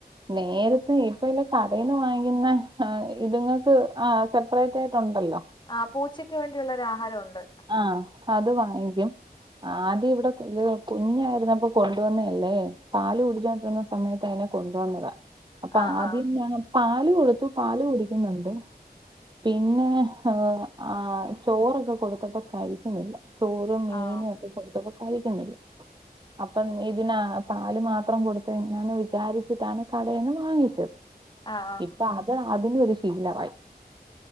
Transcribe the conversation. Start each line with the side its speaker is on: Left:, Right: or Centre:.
Right: നേരത്തെ ഇപ്പ എല്ല കടന്നേ വാങ്ങിക്കുന്ന ആഹ് ഇതുങ്ങൾക്ക് ആഹ് സെപ്പറേറ്റ് ആയിട്ടുണ്ടല്ലോ
Left: ആഹ് പൂച്ചയ്ക്ക് വേണ്ടിയുള്ളൊരു ആഹാരം ഉണ്ട്
Right: ആഹ് അത് വാങ്ങിക്കും ആദ്യം ഇവിടെ ഇത് കുഞ്ഞായിരുന്നപ്പോ കൊണ്ടുവന്നഅല്ലേ പാല് കുടിച്ചോണ്ടിരുന്ന സമയത്ത് അതിനെ കൊണ്ട് വന്നതാ അപ്പൊ
Left: ആ
Right: ആദ്യം
Left: ആ
Right: ഞാൻ പാല് കൊടുത്തു പാല് കുടിക്കുന്നുണ്ട് പിന്നെഅ വോ ആഹ് ചോറൊക്കെ കൊടുത്തപ്പോ കഴി ക്കുന്നില്ല ചോറ് മീന്
Left: ആ
Right: ഒക്കെ കൊടുത്തപ്പോ കഴിക്കുന്നില്ല അപ്പം ഇതിന പാല് മാത്രം കൊടുത്തയ് ഞാന്ന് വിചാരിച്ചിട്ടാണ് കടേന്ന് വാങ്ങിച്ചത്
Left: ആഹ് ആഹ്
Right: ഇപ്പ അത് അതിനോരു ശീലമായി